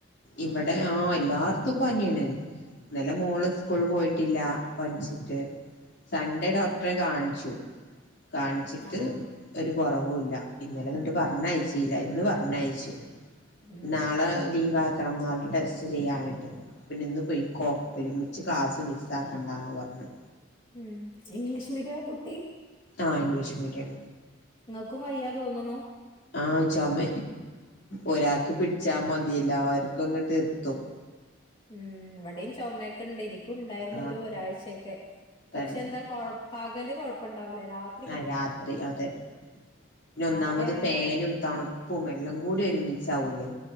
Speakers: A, on the left; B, on the left.
A: ഇവിടെ ആഹ് എല്ലാർത്തും പനിയാണ് ഇന്നലെ മോള് സ്കൂള് പോയിട്ടില്ല പൻച്ച് സൺ‌ഡേ ഡോക്ടറെ കാണിച്ചു കാണിച്ചിട്ട്
B: ആഹ്
A: ഒരു കുറവുല്ല ഇന്നലെ എന്നിട്ട് പറഞ്ഞയച്ചീല്ല ഇന്ന് പറഞ്ഞ അയച്ചു
B: ഉം
A: നാളെ ലീവ് ആക്കണം നാളുടെ ടെസ്റ്റ് ചെയ്യാനുണ്ട് പിന്നെ ഇന്ന് പൊയ്ക്കോ ഒരുമിച്ച് ക്ലാസ് മിസ് ആക്കണ്ടന്ന് പറഞ്
B: ഉം ഇംഗ്ലീഷ് മീഡിയം കുട്ടി
A: ആഹ് ഇംഗ്ലീഷ് മീഡിയം
B: ഇങ്ങൾക്കും വയ്യാ തോന്നുണു
A: ആഹ് ചൊമ ഒരാക്ക് പിടിച്ചാ മതി എല്ലർക്കും ഇങ്ങോട്ട് എത്തും
B: ഉം ഇവിടെയും ചുമയൊക്കെ ഇണ്ട് എനിക്കും ഉണ്ടായിരുന്നു
A: ആഹ്
B: ഒരു ഒരാഴ്ചയൊക്കെ
A: തന്നെ
B: പക്ഷെ എന്താകോ പകല് കൊഴപ്പംണ്ടാവില്ല രാത്
A: ആഹ് രാത്രി അതെ പിന്ന ഒന്നാമത്
B: അവിടെ അങ്ങനെ
A: ഫേനും തണുപ്പും എല്ലാം കൂടി ഒരുമിച്ച് ആവൂലേ